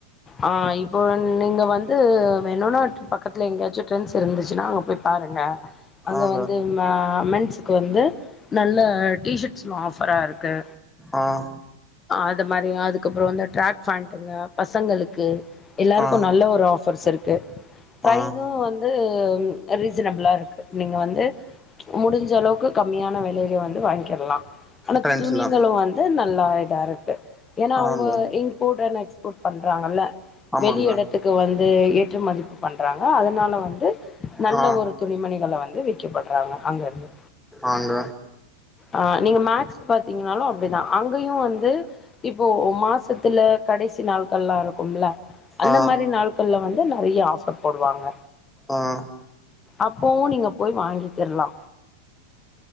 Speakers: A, on the left; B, in the centre.
A: ஆஹ் இப்போ நீங்க வந்து வெனுநா டி பக்கத்து ல எங்கயாச்சு ட்ரண்ட்ஸ் இருந்துச்சுன்னா அங்க போய் பாருங்க. அங்க
B: ஆங்க
A: வந்து ம மெண்ஸ்க்கு வந்து நல்ல டீஷர்ட்ஸ் ம் ஆஃபரா இருக்கு
B: ஆஹ்
A: அது மாரி அதுக்கப்புறொ வந்து டிராக் ஃபேண்டுங்க பசங்களுக் கு எல்லாருக்கு
B: ஆ
A: நல்ல ஒரு ஆஃபர்ஸ் இருக் க்கு பிரைஸு
B: ஆ
A: வந் து ரீசனபிளா இருக்கு நீங்க வந்து முடிஞ்ச அளவுக்கு கம்மியான வெலையில வந்து வாங்கிக்கிடலா ஆனா
B: ட்ரெண்ட்ஸ்ல
A: துணிங்களு வந்து நல் லா இதாருக்கு ஏன்னா அவுங்க
B: ஆங்க
A: இங்க போடுற நைட்ஸ் ஷுட் பண்றாங்கல்ல
B: ஆமாங்க
A: வெளிய எடத்துக்கு வந் து ஏற்றுமதிப் பண்றாங்க அதனால வந்து நல்ல
B: ஆ
A: ஒரு துணிமணிகள வந்து விக்கப்படுறாங்க அங்க இருந்து
B: ஆங்க
A: ஆஹ் நீங்க மேக்ஸ் பாத்தீங்கனாலு அப்டிதா அங்கேயு வந்து இப்போ மாசத்துல கடைசி நாள்கள்லா வரக் கும்ல அந்த
B: ஆ
A: மாரி நாள்கள்ல வந் து நெறைய ஆஃபர் போடுவாங்க
B: ஆஹ்
A: அப்பவு நீங்க போய் வாங்கிக்கிட்லா